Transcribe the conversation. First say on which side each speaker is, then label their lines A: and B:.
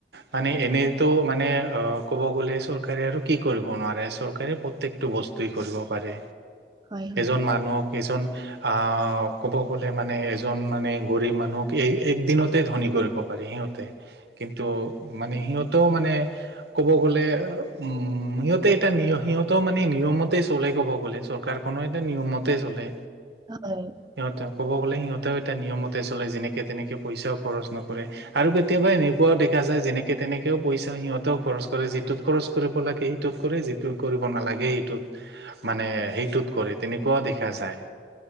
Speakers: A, on the right; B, on the right.
A: মানে এনেতো মানে অ ক'ব গ'লে চৰকাৰে আৰু কি কৰিব নোৱাৰে চব। প্ৰত্যেকটো বস্তুৱেই কৰিব পাৰে,
B: হয় হয়।
A: এজন মানুহক এজন আহ ক'ব গ'লে মানে এজন মানে গৰীব মানুহক এই এক দিনতে ধনী কৰিব পাৰে। সিহঁতে, কিন্তু মানে সিহঁতেও মানে ক'ব গ'লে উম সিহঁতে এটা সিহঁতেও মানে,, নিয়মতে চলে ক'ব গ'লে চৰকাৰখননৰ এয়া নিয়মতে চলে।
B: হয়
A: সিহঁতে ক'ব গ'লে সিহঁতেও এটা নিয়মতে চলে। যেনেকে তেনেকে পইচাও খৰচ নকৰে আৰু কেতিয়াবা এনেকুৱাও দেখা যায়। যেনেকে তেনেকেও পইচা সিহঁতেও খৰচ কৰে যিটোত খৰচ কৰিব লাগে সেইটোত কৰে যিটো কৰিব নালাগে। সেইটোত, মানে সেইটোত কৰে তেনেকুৱাও দেখা যায়।